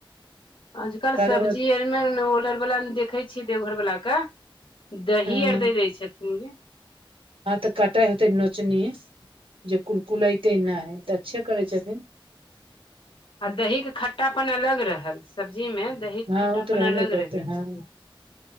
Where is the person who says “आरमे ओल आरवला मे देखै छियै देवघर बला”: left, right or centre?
Left